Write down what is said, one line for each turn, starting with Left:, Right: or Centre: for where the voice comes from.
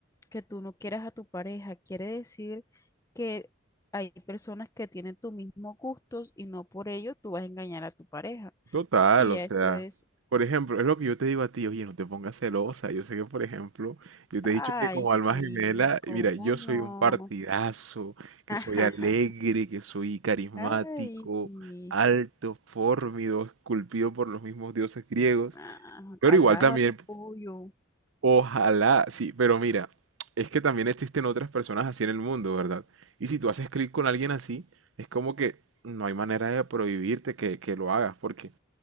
Left: que tú no quieras a tu pareja, quiere decir que hay personas que tienen tus mismos gustos y no por ello tú vas a engañar a tu pareja,
Right: Total,
Left: porque ya
Right: o sea,
Left: eso es,
Right: por ejemplo, es lo que yo te digo a ti, oye, no te pongas celosa. Yo sé que, por ejemplo, yo te he
Left: ay,
Right: dicho que como
Left: sí,
Right: alma gemela,
Left: ¿cómo
Right: mira, yo
Left: no?
Right: soy un partidazo, que
Left: <laughs>
Right: soy alegre, que soy carismático,
Left: Ay,
Right: alto, fornido, esculpido por los mismos dioses griegos,
Left: ah,
Right: pero
Left: alábate,
Right: igual también,
Left: pollo.
Right: ojalá, sí, pero mira, es que también existen otras personas así en el mundo, ¿verdad? Y si tú haces clic con alguien así, es como que no hay manera de prohibirte que, que lo hagas, porque...